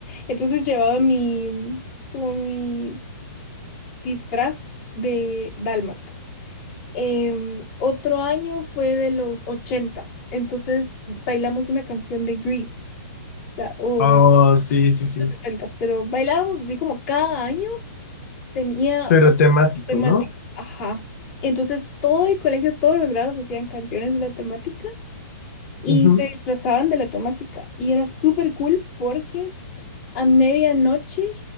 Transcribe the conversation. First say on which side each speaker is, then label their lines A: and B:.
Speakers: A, on the left (about 40°); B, on the left (about 55°).
A: Entonces llevaba mi, como mi disfraz de dálmata. Em, otro año fue de los ochentas, entonces bailamos una canción de Grease, o sea, o
B: Oh, sí, sí, sí.
A: setentas, pero bailábamos así como cada año tenía
B: Pero
A: un
B: temático,
A: temática,
B: ¿no?
A: ajá. Entonces todo el colegio, todos los grados hacían canciones de la temática y
B: Ujú.
A: se disfrazaban de la temática y era súper cool porque a medianoche